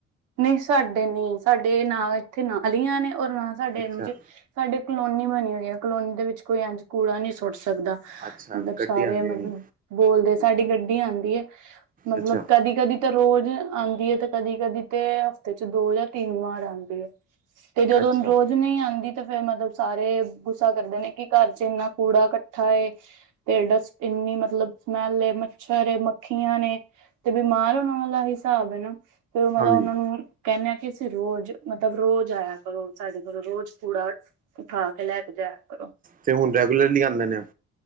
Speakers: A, on the right; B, on the right.
A: ਨਈ ਸਾਡੇ ਨਈ ਸਾਡੇ ਨਾ ਇੱਥੇ ਨਾਲੀਆਂ ਨੇ ਔਰ ਨਾ ਸਾਡੇ
B: ਅੱਛਾ
A: ਇੰਝ ਸਾਡੇ ਕਲੋਨੀ ਬਣੀ ਹੋਈ ਐ ਕਲੋਨੀ ਦੇ ਵਿੱਚ ਕੋਈ ਐਂਜ ਕੂੜਾ ਨਈ ਸੁੱਟ ਸਕਦਾ।
B: ਅੱਛਾ
A: ਮਤਲਬ ਸਾਰੇਆ
B: ਗੱਡੀ ਆਂਦੀ
A: ਨੇ
B: ਹੋਣੀ
A: ਨਈ, ਬੋਲਦੇ ਸਾਡੀ ਗੱਡੀ ਆਂਦੀ ਐ ਮਤਲਬ
B: ਅੱਛਾ
A: ਕਦੀ - ਕਦੀ ਤਾਂ ਰੋਜ਼ ਆਂਦੀ ਐ ਤੇ ਕਦੀ -ਕਦੀ ਤੇ ਹਫ਼ਤੇ ਚ ਦੋ ਜਾਂ ਤਿੰਨ ਵਾਰ ਆਂਦੀ ਐ। ਤੇ ਦੋ ਦਿਨ
B: ਅੱਛਾ
A: ਰੋਜ਼ ਨਈ ਆਂਦੀ ਤੇ ਫੇਰ ਮਤਲਬ ਸਾਰੇ ਗੁੱਸਾ ਕਰਦੇ ਨੇ ਕਿ ਘਰ ਚ ਏਨਾ ਕੂੜਾ ਇਕੱਠਾ ਏ ਤੇ ਡਸਟਬਿਨੀ ਮਤਲਬ ਸਮੈਲ ਏ, ਮੱਛਰ ਏ, ਮੱਖੀਆਂ ਨੇ ਤੇ ਬਿਮਾਰ ਹੋਣ ਵਾਲ਼ਾ ਹਿਸਾਬ ਐ ਨਾ। ਫਿਰ ਮਤਲਬ
B: ਹਾਂਜੀ
A: ਉਹਨਾ ਨੂੰ ਕਹਿੰਦੇ ਆ ਕਿ ਅਸੀਂ ਰੋਜ਼ ਮਤਲਬ ਰੋਜ਼ ਆਇਆ ਕਰੋ। ਸਾਡੇ ਕੋਲੋਂ, ਰੋਜ਼ ਕੂੜਾ ਉਠਾ ਕੇ ਲੈ ਕੇ ਜਾਇਆ ਕਰੋ
B: ਤੇ ਹੁਣ ਰੈਗੂਲਰਲੀ ਆਂਦੇ ਨੇ ਉਹ?